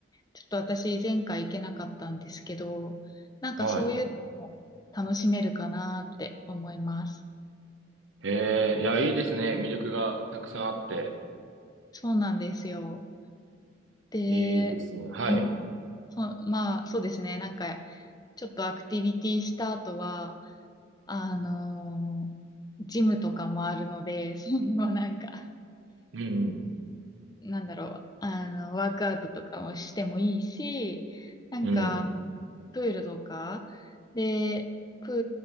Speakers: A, on the left; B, on the right.
A: ちょっと私前回行けなかったんですけど、なんかそういうのも楽しめるかなって思います。
B: はい。えー、いや、いいですね。魅力がたくさんあって。
A: そうなんですよ。で、
B: いいですね。はい。
A: うんそう、まあそうですね。なんかちょっとアクティビティした後は、あのージムとかもあるので、それもなんか
B: うん。
A: なんだろう、あの、ワークアウトとかもしてもいいし、なんか、
B: うん。
A: あのプールとか、で、プー